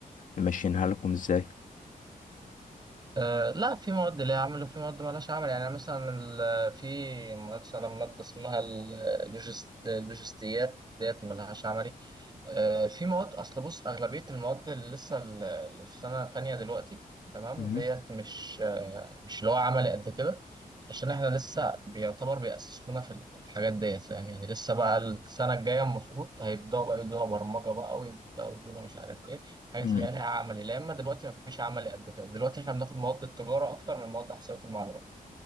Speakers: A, on the left (about 60°); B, on the right (about 30°).
A: ممشينها لكم ازاي
B: أه لا في مواد ليها عمل وفي مواد مالهاش عمل يعني مثلا ال- في مثلا مادة اسمها اللوجست- اللوجستيات ديت مالهاش عملي أه في مواد أصل بص أغلبية المواد اللي لسه ال- اللي في سنة تانية دلوقتي تمام
A: مم.
B: ديت مش آه، مش اللي هو عملي قد كده عشان احنا لسه بيعتبر بيأسسونا في الحاجات ديت فاهم يعني لسه بقى السنة الجاية المفروض هيبدأوا بقى يدونا برمجة بقى ويبدأوا يدونا مش عارف ايه حاجات
A: امم
B: اللي هي لها عملي لا اما دلوقتي ما فيش عملي قد كده دلوقتي احنا بناخد مواد التجاره اكتر من مواد احصائيه المعلومات